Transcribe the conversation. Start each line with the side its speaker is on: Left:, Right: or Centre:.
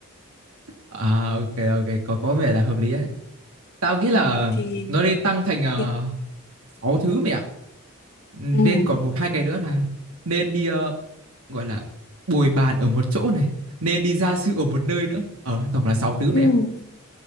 Right: À ok ok có có vẻ là hợp lý đấy. Tao nghĩ
Left: Ừ,
Right: là
Left: thì
Right: nó nên tăng thành uh,
Left: thì-
Right: 6 thứ mẹ. ạ. Nên
Left: Ừ.
Right: còn một hai cái nữa là nên đi ờ, gọi là bồi bàn ở một chỗ này, nên đi gia sư ở một nơi nữa. Ờ tổng là 6 thứ
Left: Ừ.
Right: mẹ. ạ.